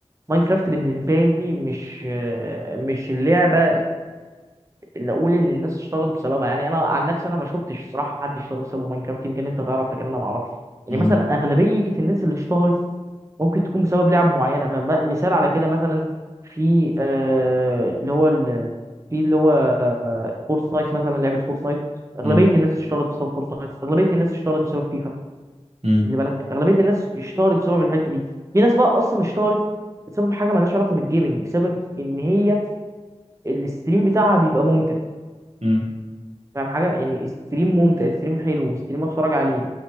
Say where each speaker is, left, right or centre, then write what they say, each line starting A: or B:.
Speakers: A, on the right; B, on the right.
A: ماينكرافت بالنسبه لي مش آه، مش اللعبه اللي اقول ان الناس اشترت بسببها يعني انا عن نفسي انا ما شفتش الصراحه حد اشترى بسبب ماينكرافت يمكن انت تعرف لكن انا ما اعرفش يعني
B: مم.
A: مثلا اغلبيه الناس اللي اشتهرت ممكن تكون بسبب لعب معينه فمثال على كده مثلا في آه اللي هو ال- في اللي هو آه فورتنايت مثلا لعبه فورتنايت اغلبيه
B: مم.
A: الناس اشتهرت بسبب فورتنايت اغلبيه الناس اشتهرت بسبب فيفا
B: مم.
A: خلي بالك اغلبيه الناس اشتهرت بسبب الحته دي في ناس بقى اصلا اشتهرت بسبب حاجه مالهاش علاقه بالجيمنج بسبب ان هي الاستريم بتاعها بيبقى ممتع
B: مم.
A: فاهم حاجه يعني الستريم ممتع الستريم حلو والستريم اتفرج عليه